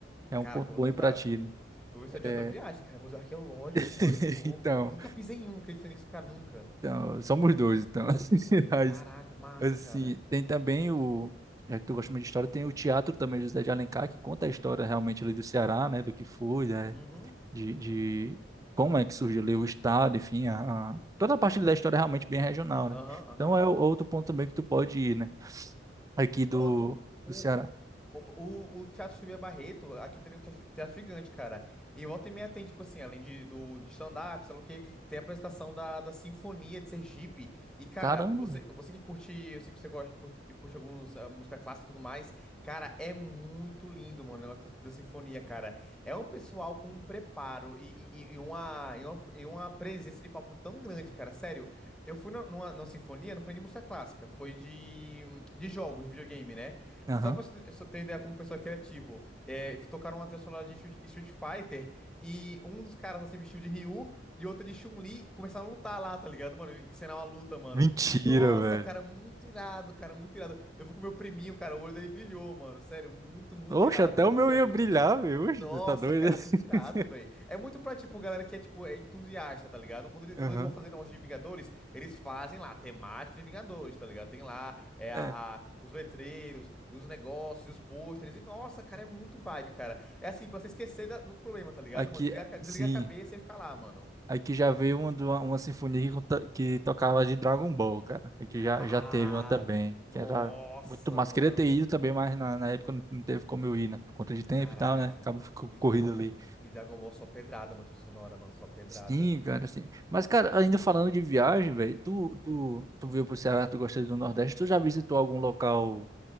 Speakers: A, on the right; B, in the centre.
A: é
B: Cara,
A: um ponto
B: que eu
A: bom
B: vou tentar.
A: aí pra ti, né?
B: Vou ver se adianta
A: É,
B: a viagem, cara. Museu arqueológico,
A: <laughs>
B: mano. Que louco.
A: então,
B: Nunca pisei em um, acredita nisso, cara. Nunca.
A: então, somos dois, então. <laughs>
B: Caraca, massa,
A: Assim,
B: cara.
A: tem também o, já que tu gosta muito de história, tem o teatro também, José de Alencar, que conta a história realmente ali do Ceará, né, do que foi, né,
B: Uhum.
A: de, de como é que surgiu ali o estado, enfim, a, a- toda a parte da história é realmente bem regional, né?
B: Aham, aham.
A: Então é o- outro ponto também que tu pode ir, né, aqui do,
B: Pronto. O,
A: do Ceará.
B: Opa, O, o Teatro Subia Barreto, aqui também é um teatro, teatro gigante, cara. E volta e meia tem, tipo assim, além de, do, de stand-up, sei lá o quê, tem a apresentação da, da Sinfonia de Sergipe. E, cara,
A: Caramba,
B: você,
A: velho.
B: você que curte, eu sei que você gosta, curte, curte alguns ah, música clássica e tudo mais, cara, é muito lindo, mano, o negócio da, da Sinfonia, cara. É um pessoal com um preparo e, e, e uma, e, uma, e uma presença de palco tão grande, cara, sério. Eu fui na- numa, numa Sinfonia, não foi de música clássica, foi de, de jogos, de videogame, né?
A: Aham.
B: Só pra você ter só ter ideia como pessoa criativo, é, tocaram uma trilha sonora de Street Street Fighter e um dos caras lá se vestiu de Ryu e outro de Chun-Li e começaram a lutar lá, tá ligado, mano? Encenar uma luta, mano.
A: Mentira,
B: Nossa,
A: velho.
B: cara, muito irado, cara, muito irado. Eu fui com meu priminho, cara, o olho dele brilhou, mano. Sério, muito, muito
A: Oxe,
B: irado,
A: até
B: mano,
A: o meu
B: sério.
A: ia brilhar, velho. Oxe,
B: Nossa,
A: você tá doido?
B: cara, é muito
A: <laughs>
B: irado, velho. É muito pra, tipo, galera que é, tipo, é entusiasta, tá ligado? Quando, ele-
A: Aham.
B: quando eles vão fazer negócio de Vingadores, eles fazem lá, temático de Vingadores, tá ligado? Tem lá é, a,
A: É,
B: a- os letreiros, os negócios, os pôsteres. E, nossa, cara, é muito vibe, cara. É assim, pra você esquecer da- dos problemas, tá ligado,
A: aqui,
B: mano? Desliga, a ca- desliga
A: sim.
B: a cabeça e fica lá, mano.
A: Aqui já veio uma, de uma, uma sinfonia que, conta- que tocava de Dragon Ball, cara. Aqui já,
B: Ah,
A: já teve uma também,
B: nossa,
A: que era muito massa.
B: mano.
A: Queria ter ido também, mas na, na época não, não teve como eu ir, né? Por conta de tempo
B: Caraca.
A: e tal, né? Acaba ficando
B: E,
A: corrido ali.
B: e Dragon Ball só pedrada, mano, trilha sonora, mano, só pedrada.
A: Sim, cara, assim. Mas, cara, ainda falando de viagem, velho, tu, tu, tu veio pro Ceará, tu gosta do Nordeste, tu já visitou algum local,